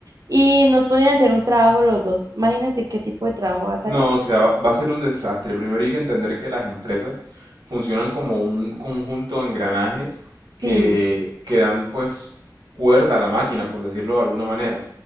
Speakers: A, on the right; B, on the right.
A: Y nos ponen a hacer un trabajo los dos. Imagínate qué tipo de trabajo va a salir.
B: No, o sea, va, va a ser un desastre. Primero hay que entender que las empresas funcionan como un conjunto de engranajes que,
A: Sí.
B: que dan pues cuerda a la máquina, por decirlo de alguna manera.